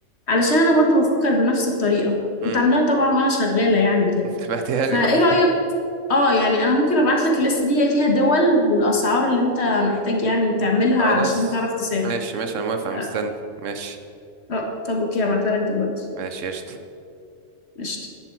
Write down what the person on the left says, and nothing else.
علشان أنا برضو بفكر بنفس الطريقة
كنت عاملاها طبعا وأنا شغالة يعني
كده
فايه
رأيك اه يعني أنا ممكن أبعتلك الليست دي هي فيها دول والأسعار اللي أنت محتاج يعني تعملها
علشان تعرف تسافر
آه،
آه، طب أوكي هبعتها لك دلوقتي
قشطة